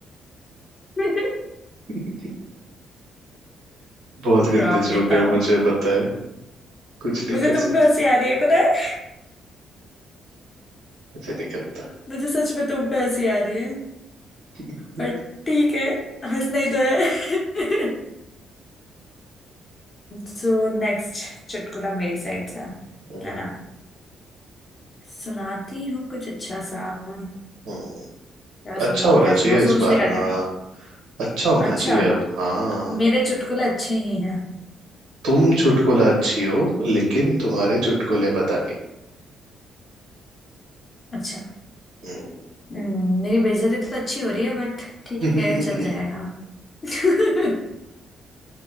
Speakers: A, on the left (about 35°); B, on the right (about 80°).
A: <laughs>
B: <laughs> बहुत गंदे
A: प्रॉप
B: जोक
A: देता
B: है
A: हूँ
B: मुझे पता है कुछ नहीं
A: मुझे
B: कर
A: तुम
B: सकता
A: पे हंसी आ रही है पता है
B: ऐसे नहीं करता
A: मुझे सच में तुम पे हंसी आ रही है
B: <laughs>
A: पर ठीक है हंसना ही तो है <laughs> सो नेक्स्ट चुटकुला मेरी साइड से है
B: हम्म,
A: ना सुनाती हूँ कुछ अच्छा सा क्या
B: हम्म। अच्छा
A: सुनाऊँ
B: होना
A: क्या
B: चाहिए
A: सुनाऊँ
B: इस
A: सोचने
B: बार
A: का
B: हाँ
A: टाइम
B: अच्छा होना
A: अच्छा
B: चाहिए अब हाँ
A: मेरे चुटकुले अच्छे ही हैं
B: तुम चुटकुला अच्छी हो लेकिन तुम्हारे चुटकुले पता नहीं
A: अच्छा
B: हम्म
A: हम्म, मेरी बेइज्जती तो अच्छी हो रही है बट ठीक
B: <laughs>
A: है चल जाएगा <laughs>